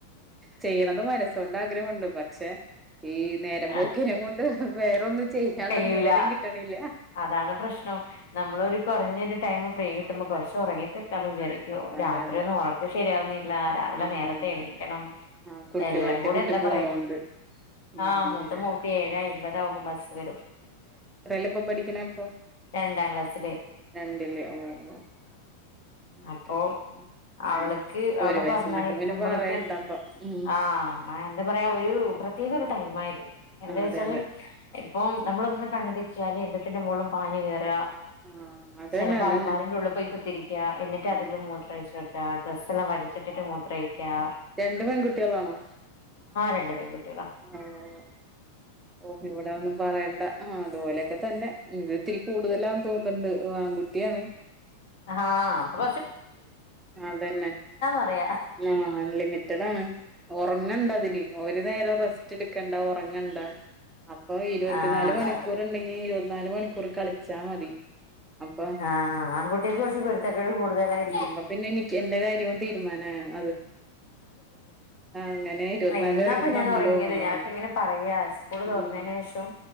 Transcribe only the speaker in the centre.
ചെയ്യണംന്ന് മനസ്സൊണ്ട് ആഗ്രഹുണ്ട് പക്ഷെ ഈ നേരം പോക്കിനെ
കൊണ്ട് വേറൊന്നും ചെയ്യാൻള്ള
നേരം കിട്ടണില്ല.
അതെ
അതെ
ആഹ്
ആ കുട്ടി
മറ്റേ
കുട്ടി
പോണോണ്ട്
ഉം
പ്പ പഠിക്കണ ഇപ്പൊ
രണ്ട്ല്ലേ ഓ ഓ ഓക്കെ
ഉം
ഒരു വയസ്സന്നൊക്കെ
പിന്നെ പറയണ്ടപ്പൊ ഉം
ഉം
അതെ
അതെ
ആഹ് അതന്നെ
അതന്നെ
ആഹ്
രണ്ട് പെൺകുട്ടികളാണോ
ഓഹ് ഓഹ് ഇവടെ അഒന്നും പറയണ്ട ആഹ് അതുപോലെക്കെ തന്നെ ഇത് ഇത്തിരി കൂടുതലാന്ന് തോന്ന്ന്ന്ണ്ട് ആൺകുട്ട്യാണ്
അതന്നെ
ആ അലിമിറ്റഡാണ് ഒറങ്ങണ്ടതിന് ഒരു നേരം റെസ്റ്റ് എട് ക്ക ഇണ്ട ഉറങ്ങണ്ട അപ്പൊ ഇരുപത്തിനാല്
മണിക്കൂർ ഉണ്ടെങ്കിൽ ഇരുപ നാല മണിക്കൂർ കളിച്ചാ മതി അപ്പൊ
ആ പിന്നെ എനിക്ക് എന്റെ കാര്യവും തീരുമാനം ഉം് അങ്ങനെ ഇരുപത്തിനാല്
മണിക്കൂർ
നമ്മളും
ഓണാവണം
ഉം